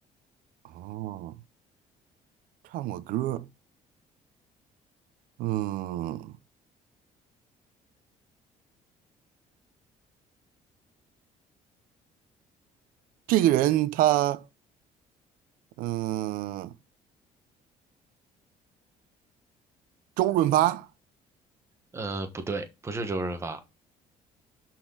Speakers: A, on the right; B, on the right.
A: 哦，唱过歌。嗯，这个人他嗯，周润发，
B: 呃，不对，不是周润发，